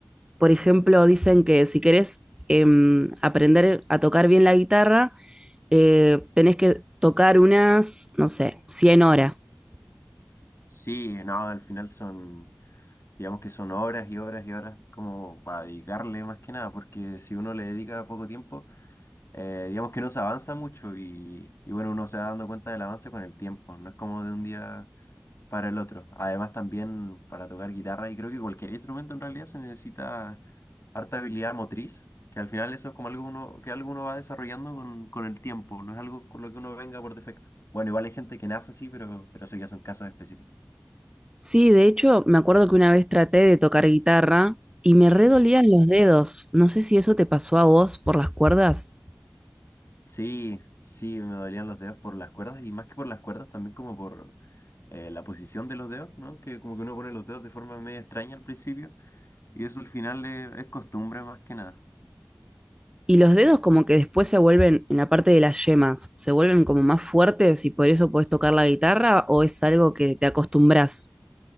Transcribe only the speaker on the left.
Sí, no, al final son, digamos que son horas y horas y horas como para dedicarle más que nada, porque si uno le dedica poco tiempo, eh, digamos que no se avanza mucho y, y bueno, uno se va dando cuenta del avance con el tiempo, no es como de un día para el otro. Además también para tocar guitarra y creo que cualquier instrumento en realidad se necesita harta habilidad motriz, que al final eso es como algo uno, que algo uno va desarrollando con, con el tiempo, no es algo con lo que uno venga por defecto. Bueno, igual hay gente que nace así, pero, pero eso ya son casos específicos.
Sí, sí, me dolían los dedos por las cuerdas y más que por las cuerdas también como por eh, la posición de los dedos, ¿no? Que como que uno pone los dedos de forma medio extraña al principio y eso al final eh, es costumbre más que nada.